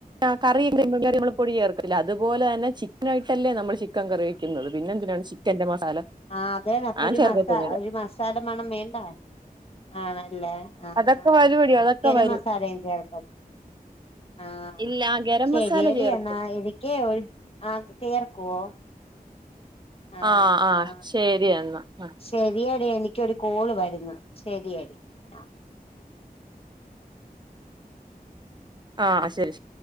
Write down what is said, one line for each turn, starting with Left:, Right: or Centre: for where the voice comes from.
Right: ആഹ് കറിയും മീൻ കറി നമ്മൾ പൊടി ചേർക്ക്ത്തില്ലി അതുപോലെ തന്നെ ചിക്കനിട്ടല്ലേ നമ്മൾ ചിക്കൻ കറി വെക്കുന്നത് പിന്നെ എന്തിനാണ് ചിക്കന്റെ മസാല
Left: ആഹ് അതെന്നെ അപ്പൊ
Right: ഞാൻ
Left: ഒരു
Right: ചേർക്കത്തൊന്നുമില്ല
Left: മസ ഒരു മസാല മണം വേണ്ട ആണല്ലേ ആഹ്
Right: അതൊക്കെ വരുവെടി അതൊക്കെ
Left: ഗര
Right: വരും
Left: മസാലയും ചേർക്കും ആഹ്
Right: ഇല്ല ഗരം
Left: ശരിയടി
Right: മസാല ചേർക്കും
Left: എന്ന എനിക്കെ ഒരു ആഹ് തീർക്കുവോ ആ
Right: ആഹ് ആഹ്
Left: ആ
Right: ശരി എന്നാ ആഹ്
Left: ശരിയടി എനിക്കൊരു കോള് വരുന്ന് ശരിയടി ആ
Right: ആഹ് ശരി ശരി